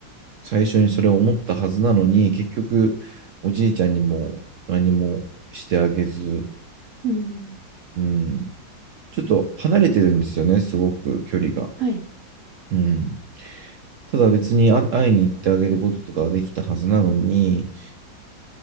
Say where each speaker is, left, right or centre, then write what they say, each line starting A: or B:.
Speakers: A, on the right (about 75°); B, on the right (about 55°).
A: 最初にそれを思ったはずなのに、結局、おじいちゃんにも何もしてあげず、
B: うん。
A: うん、ちょっと離れてるんですよね、すごく距離が。
B: はい
A: うん。ただ別にあ会いに行ってあげることとかはできたはずなのに、